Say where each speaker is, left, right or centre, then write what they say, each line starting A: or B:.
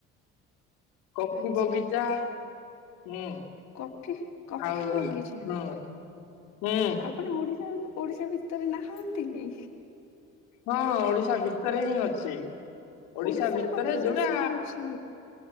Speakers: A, on the left; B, on the left.
A: କଫି
B: ଆଚ୍ଛା
A: ବଗିଚା ହୁଁ
B: କଫି କଫି
A: ଆଉ
B: ବଗିଚା
A: ହୁଁ ହୁଁ
B: ଆପଣ ଓଡି଼ଶା, ଓଡି଼ଶା ଭିତରେ ନାହାନ୍ତି କି?
A: ହଁ, ଓଡି଼ଶା ଭିତରେ ହିଁ ଅଛି। ଓଡି଼ଶା
B: ଓଡିଶାରେ
A: ଭିତରେ
B: କଫି ଚାଷ
A: ଯୋଉଟା,
B: ହଉଛି